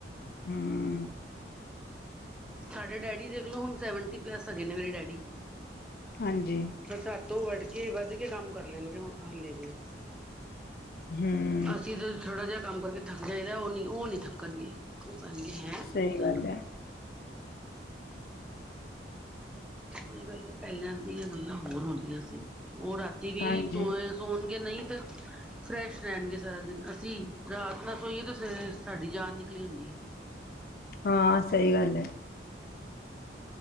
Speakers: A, on the left (about 50°); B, in the centre.
A: ਹਮ
B: ਸਾਡੇ ਡੈਡੀ ਦੇਖਲੋਂ, ਹੁਣ ਸੈਵਨਟੀ ਪਲੱਸ ਹੈਗੇ ਨੇ ਮੇਰੇ ਡੈਡੀ।
A: ਹਾਂਜੀ
B: ਹ ਸੱਤੋਂ ਵੱਢ ਕੇ ਵੱਧ ਕੇ ਕੰਮ ਕਰ ਲੈਣਗੇ ਉਹ ਹਾਲੇ ਵੀ।
A: ਹਮ
B: ਅਸੀਂ ਤਾਂ ਥੋੜਾ ਜਿਹਾ ਕੰਮ ਕਰਕੇ ਥੱਕ ਜਾਈਦਾ, ਉਹ ਨੀ, ਉਹ ਨੀ ਥੱਕਣਗੇ। ਉਹ ਕਹਿਣਗੇ ਹੈਂ
A: ਸਹੀ
B: ਤੁਸੀ
A: ਗੱਲ
B: ਥੱਕ
A: ਹੈ
B: ਔਈ ਗੱਲ ਐ, ਪਹਿਲਾਂ ਦੀਆਂ ਗੱਲਾਂ ਹੋਰ ਹੁੰਦੀਆਂ ਸੀ। ਉਹ ਰਾਤੀ ਵੀ
A: ਹਾਂਜੀ
B: ਸੋਵੇ ਸੋਣਗੇ ਨਈ ਤੇ ਫਰੈਸ਼ ਰਹਿਣਗੇ ਸਾਰਾ ਦਿਨ, ਅਸੀਂ ਰਾਤ ਨਾ ਸੋਈਏ ਤੇ ਸਵੇਰੇ ਸਾਡੀ ਜਾਨ ਨਿਕਲੀ ਹੁੰਦੀ।
A: ਹਾਂ ਸਹੀ ਗੱਲ ਏ।